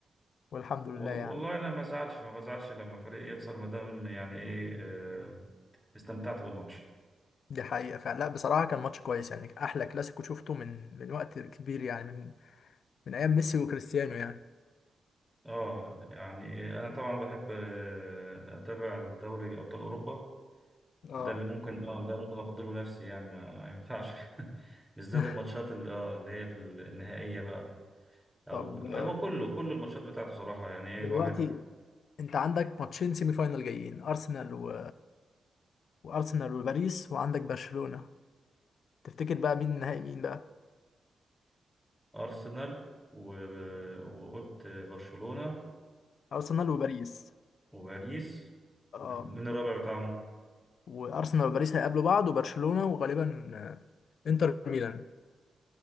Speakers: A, on the left (about 70°); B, in the centre.
A: والحمد لله
B: وال-
A: يعني
B: والله انا ما بزعلش ما بزعلش لما فريق يخسر ما دام يعني ايه آه، استمتعت بالماتش
A: دي حقيقه فعلا لا بصراحه كان ماتش كويس يعني احلى كلاسيكو شفته من من وقت كبير يعني من من ايام ميسي وكريستيانو يعني
B: اه يعني إيه انا طبعا بحب آه، اتابع الدوري ابطال اوروبا
A: اه
B: ده اللي ممكن اه ده ممكن افضله نفسي يعني ما, ما ينفعش <laughs> بالذات
A: <laughs>
B: الماتشات اللي اه اللي هي في النهائيه بقى او
A: طب
B: هو
A: آه،
B: كله كل الماتشات بتاعته صراحه يعني
A: دلوقتي
B: ايه الواحد
A: انت عندك ماتشين سيمي فاينال جايين ارسنال و... وارسنال وباريس وعندك برشلونه تفتكر بقى مين النهائي مين بقى
B: ارسنال و- وقلت برشلونه
A: ارسنال وباريس
B: وباريس
A: اه
B: ومين الرابع بتاعهم؟
A: وارسنال وباريس هيقابلوا بعض وبرشلونة وغالبا آه، انتر ميلان